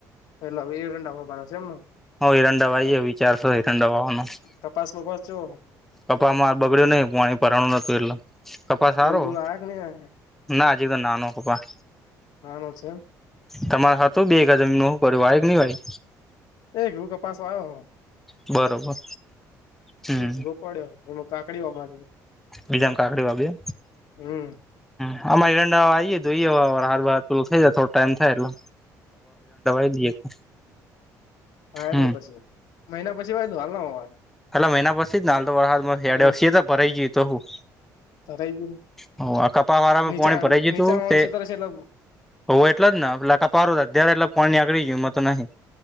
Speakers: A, on the left; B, in the centre.
A: એટલા <unintelligible>
B: હ હઈરંડા વાઈ વિચારશો હઇરંડા વાવાનું.
A: કપાસ બપાસ જો
B: ખભામાં હાથ બગડ્યું નઈ પાણી ભરવાનું તું એટલે. કપાસ સારું
A: ફૂલ બૂલ આયા કે નહી
B: ના હજુ તો નાનો કપા
A: નાનો છે એમ.
B: તમાર હતુ બે એકા જમીન નું કર્યું નઈ ભાઈ.
A: એક ઘું કપાસ આયો હો.
B: બરોબર, હમ.
A: એક વીઘો પડ્યો એમાં કાકડીઓમારી.
B: બજાને કાકડી વાબી.
A: હમ.
B: હ અમારી રંડાવા આઈએે તો હ હથ બ પેલું થઈ જાય થોડો ટાઈમ થાય એટલે. <unintelligible>
A: હ એ
B: હમ
A: દો પછી મહિના પછી વાય દ હાલ ના.
B: એલા મહિના પછથી જ ના તોડ
A: હમ
B: વર્ષી તો પરરાય જતો હું.
A: ધરાઈ ગયું
B: હ આ કપા વાળામાં
A: નીચાણ
B: પાણી ભરા જ
A: નીચાણ
B: તું
A: વાળું
B: તે
A: ક્ષેત્ર છે એટલે
B: હો એટલે જ ને એ પારો જ્યારે એટલે પાણી આકળી ગયમાં તો નહીં